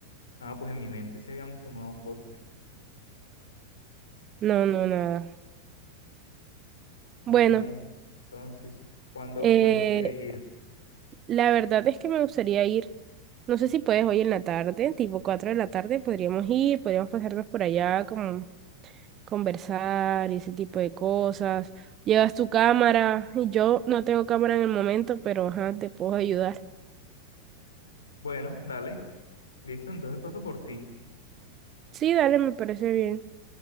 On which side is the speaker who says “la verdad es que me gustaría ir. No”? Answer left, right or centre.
Right